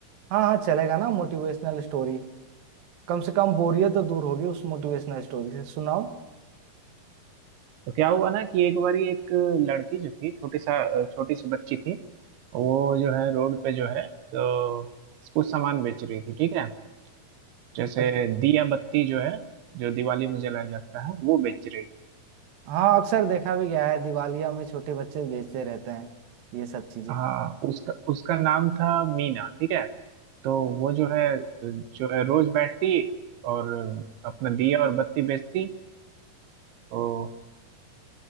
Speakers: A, on the right; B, on the right.
A: हाँ हाँ चलेगा ना मोटिवेशनल स्टोरी कम से कम बोरियत तो दूर होगी उस मोटिवेशनल स्टोरी से सुनाओ
B: तो क्या हुआ ना कि एक बारी एक लड़की जो थी छोटी सा छोटी सी बच्ची थी वो जो है रोड पे जो है तो कुछ सामान बेच रही थी ठीक है जैसे
A: अ-
B: दिया बत्ती जो है जो दिवाली में जलाया जाता है वो बेच रही
A: हाँ अक्सर देखा भी गया है दिवालिया में छोटे बच्चे बेचते रहते हैं ये सब चीजें
B: हाँ उसका उसका नाम था मीना ठीक है तो वो जो है जो है रोज बैठती और अपना दिया और बत्ती बेचती तो